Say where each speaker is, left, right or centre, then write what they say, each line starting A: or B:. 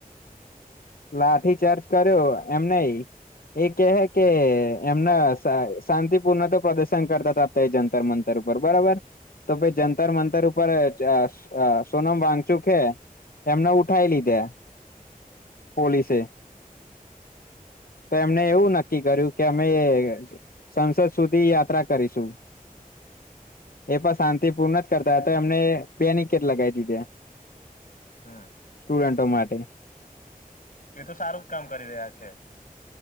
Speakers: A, on the left; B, on the left.
A: લાઠીચાર્જ કર્યો એમ નહિં. એ કેહે કે એમના શાંતિપૂર્ણ તો પ્રદર્શન કરતા તા. તો એ જંતર મંતર ઉપર બરાબર. તો પહિ જંતર મંતર ઉપર અ ચ અ સોનમ વાગચુખે એમને ઉઠાવ લીધા. પોલીસે તો એમને એવું નક્કી કર્યું કે અમે સંસદ સુધી યાત્રા કરીશું. એ પણ શાંતિપૂર્ણ જ કર તા તા એમને બેનીકેેટ લગાઈ દીધા
B: હમ
A: સ્ટુડન્ટો માટે.
B: એ તો સારું જ કામ કરી રહ્યા છે.